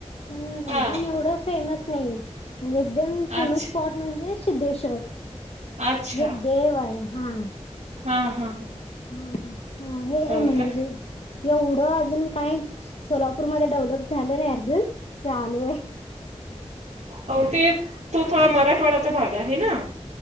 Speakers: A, on the left; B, on the right.
A: पण
B: हा
A: अजून एवढं फेमस नाही. म्हणजे एकदम फेमस
B: अच्छा
A: स्पॉट म्हणजे सिद्धेश्वर
B: अच्छा
A: हे देव आहे. हा.
B: हा हा.
A: हा हा हे
B: हो
A: म्हणजे.
B: का
A: एवढं अजून काय सोलापूरमध्ये डेव्हलप झालं नाही अजून चालू. आहे
B: अव ते तो थोडा मराठवाड्याचा भाग आहे ना.